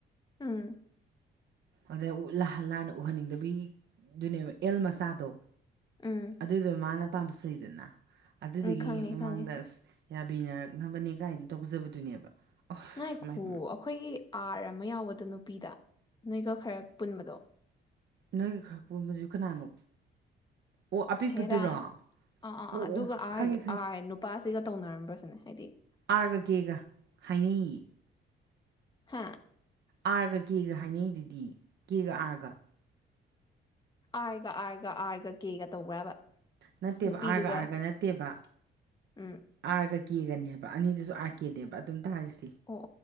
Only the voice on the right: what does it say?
ꯑꯗꯩꯩ ꯂꯥꯟꯅ ꯎꯍꯜꯅꯤꯡꯗꯕꯤ ꯗꯨꯅꯦꯕꯥ ꯑ‌ꯦꯜ ꯃꯆꯥꯗ‌ꯣ
ꯑꯗꯨꯗ‌ꯣ ꯃꯥꯅ ꯄꯝꯖꯩꯗꯅ ꯑꯗꯨꯗꯨꯒꯤ
ꯃꯃꯥꯡꯗ
ꯑꯁ ꯄꯕꯤꯅꯔꯛꯅꯕꯅꯤ ꯀꯥꯏ ꯇꯧꯖꯕꯗꯨꯅꯦꯕ ꯑꯣꯐ
ꯃꯥꯏ
ꯅꯣꯢꯒ ꯈꯔ ꯄꯨꯟꯕꯁꯦ ꯀꯅꯥꯅꯣ ꯑꯣ ꯑꯄꯤꯛꯄꯗꯨꯔꯣ
ꯑꯣ
ꯑꯣ
ꯈꯪꯉꯦ
ꯑꯥꫪꯒ ꯀꯦꯒ ꯍꯥꯏꯅꯩꯌꯦ
ꯑꯥꯔꯒ ꯀꯦꯒ ꯍꯥꯏꯅꯩꯗꯨꯗꯤ ꯀꯦꯒ ꯑꯥꯔꯒ
ꯅꯠꯇꯦꯕ
ꯑꯥꯔꯒ ꯑꯥꯔꯒ ꯅꯠꯇꯦꯕ
ꯑꯥꯔꯒ ꯀꯦꯒꯅꯦꯕ ꯑꯅꯤꯗꯨꯁꯨ ꯑꯥꯔ ꯀꯦꯅꯦꯕ ꯑꯗꯨꯝ ꯇꯥꯁꯤ